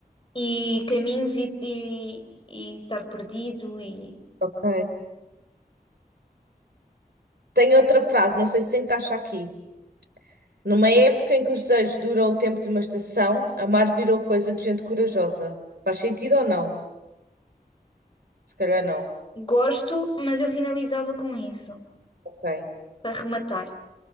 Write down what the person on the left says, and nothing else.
e caminhos e, e, e estar perdido e
gosto, mas eu finalizava com isso
para rematar.